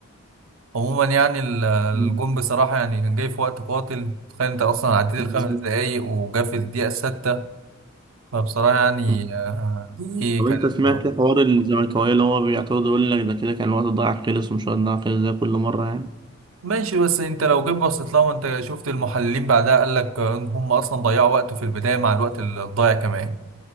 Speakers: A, on the right; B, on the right.
A: عموما يعني ال- الجون
B: مم.
A: بصراحة يعني كان جاي في وقت قاتل تخيل انت اصلا عديت
B: مظبوط.
A: الخمس دقايق وجا في الدقيقة الستة فبصراحة يعني
B: مم.
A: آه، دي
B: طب
A: كانت
B: انت سمعت حوار الزملكاوية اللي هو بيعترض يقول لك ده كده كان الوقت ضايع خلص ومش وقت ضايع خلص زي كل مرة يعني
A: ماشي بس انت لو جيت بصيت لها ما انت شفت المحللين بعدها قال لك ان هم اصلا ضيعوا وقت في البداية مع الوقت الضايع كمان